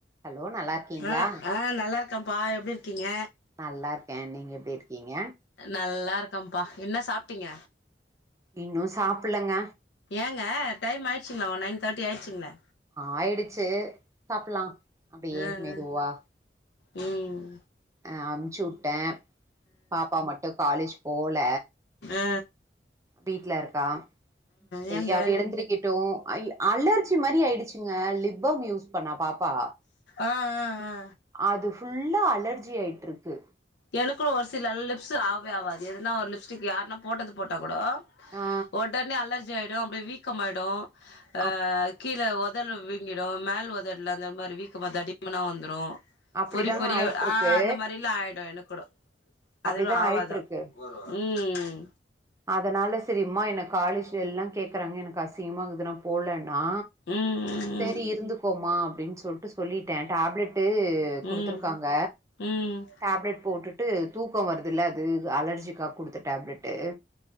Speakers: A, on the right; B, on the left.
A: Hello நல்லா இருக்கீங்களா
B: ஆ ஆ நல்லா இருக்கப்பா எப்டி இருக்கீங்க
A: நல்லா இருக்கே நீங்க எப்டி இருக்கீங்க
B: நல்லா இருக்கப்பா என்ன சாப்ட்டீங்க
A: இன்னு சாப்பல்லங்க
B: ஏங்க டைமாயிடுச்சிங்ளா நையன் தேர்ட்டி ஆயிடுச்சிங்ளே
A: ஆயிடுச்சு சாப்டலா அப்டியே
B: ஆ
A: மெதுவா
B: ம்
A: அ அமுச்சுவுட்டே பாப்பா மட்டு காலேஜ் போல
B: அ
A: வீட்லருக்கா செரி
B: ஏங்க
A: அவ எழுந்திருக்கட்டு அலர்ஜி மாரி ஆயிடுச்சுங்க லிப்பாம் யூஸ் பண்ணா பாப்பா
B: ஆ ஆ ஆ
A: அது ஃபுல்லா அலர்ஜியாயிட்டுருக்கு
B: எனக்கு ஒரு சில லிப்ஸு ஆவே ஆகாது எதுனா ஒரு லிப்ஸ்டிக் யாருனா போட்டது போட்டா கூடோ
A: ஆ
B: ஒடனே அலர்ஜியாயிடு அப்டி வீக்கமாயிடு அ
A: அப்
B: கீழ் ல உஒடு வீங்கிடு மேல் உதட்ல அந்த மாதரி வீக்கமா தடிமனா வந்துரு
A: அப்டிதாங்க
B: பொறி பொறியா
A: ஆயிட்ருக்கு
B: ஆ அந்த மாதிரியெல்லா ஆயிடு எனக்கு கூடோ அதுலு
A: அப்டிதா
B: ஆவாதுதா
A: ஆயிட்ருக்கு
B: ம்
A: அதனால செரிம்மா ஏ காலேஜ்ல எல்லா கேக்கறாங்க எனக்கு அசிங்மாருக்குது போலன்னா
B: ம்
A: செரி இருந்துக்கோமா அப்டின் சொல்ட்டு சொல்லிட்டே டேப்லெட் டு குடுத்துருக்காங்க
B: ம் ம் ம்
A: டேப்லெட் போட்டுட்டு தூக்கோ வருதுல்ல அது அலர்ஜிக்காக குடுத்த டேப்லெட்டு்